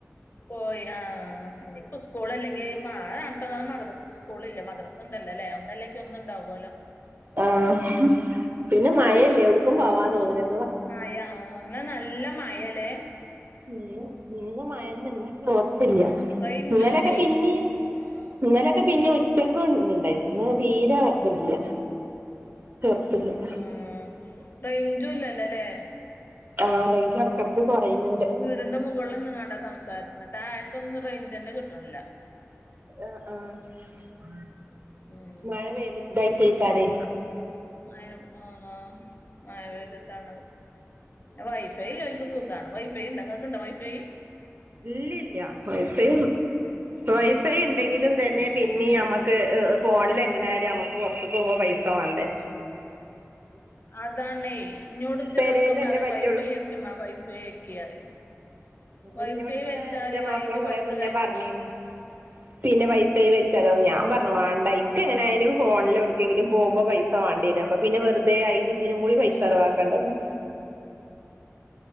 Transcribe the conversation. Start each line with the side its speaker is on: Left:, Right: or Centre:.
Left: പോയി ആഹാ ഇനിയിപ്പോ, സ്കൂളല്ലെങ്കി മഴ നട്ടന്ന മാത്ര- സ്കൂളില്ല മദ്രസ് ഉണ്ടല്ലോല്ലേ, ഒന്നല്ലെങ്കിൽ ഒന്നുണ്ടാവുവല്ലോ.
Right: ആഹാ... ! പിന്നെ മഴയല്ലേ എവിടക്കും പോവാൻ തോന്നുന്ന്,
Left: മാഴ ഇന്ന് നല്ല മാഴാല്ലേ.
Right: ഉം ഇന്നും മഴ ഇന്നും ചോർച്ചല്ല,
Left: ആഹ് റേഞ്ചും
Right: ഇങ്ങലൊക്കെ
Left: ഇല്ലേ
Right: പിന്നെ-
Left: ആഹ്
Right: ഇന്നലൊക്കെ പിന്നെ ഉച്ചക്കും ഇണ്ടായി ഇന്ന് തീരെ ഇല്ല. <unintelligible>
Left: ആഹാ റേഞ്ചും ഇല്ലല്ലോല്ലേ.. !
Right: ആഹാ റേഞ്ച് ഇടക്കിടക്ക് കുറയുന്നുണ്ട്.
Left: വിടിന്റെ മുകളിലൊന്നുംങ്ങാണ്ടാ സംസാരിക്കണത്, താഴ്തൊന്നും റേഞ്ച് തന്നെ കിട്ട്നില്ല.
Right: ആഹാ ആഹ
Left: ഉം
Right: മഴ പെയ്തിട്ടയ്ക്കാരെ.
Left: ആഹാ ആഹാ മയ പെയ്തിട്ടാണ്. വൈഫൈ എള്ളോല്ക്ക് സുഖമാണ്, വൈഫൈ ഇണ്ട ഇങ്ങക്ക്‌ ഇണ്ടോ വൈഫൈ?
Right: ഇല്ലല്ല വൈഫൈ വൈഫൈ
Left: ആഹ്
Right: ഉണ്ടെങ്കിലും തന്നെ
Left: ഉം
Right: പിന്നീ നമക്ക്, ഫോണില് എങ്ങനെ ആലും നമ്മക്ക് പുറത്ത്ക്കുമ്പോ പൈസ വേണ്ടേ.
Left: അതാണേ എന്നോട് ഇന്റെ
Right: പെരേന്നല്ലേ
Left: ചെറുക്കം പറയും
Right: പറ്റുള്ളൂ
Left: വൈഫൈ ഒക് മ്മ വൈഫൈ ഒക്.. ! വൈഫൈ
Right: ഇന്നോട് ഇവിടെ
Left: വെച്ചാല്
Right: എന്റെ മാപ്പിള
Left: അയിന്
Right: കൊറേ
Left: പൈസ
Right: മുന്നേ
Left: കയറ്റണം.
Right: പറഞ്ഞീന്ന് പിന്നെ വൈഫൈ വെച്ചാലോന്ന്,
Left: ഉം
Right: ഞാൻപറഞ്ഞു വേണ്ട ഇക്ക്- എങ്ങനൊയാലും ഫോണിൽ എടുക്കെങ്കിലും പോകുമ്പോൾ പൈസ. <unintelligible> ഇതിനും കൂടി പൈസ
Left: ആഹ്
Right: ചെലവാക്കണ്ടാലോ.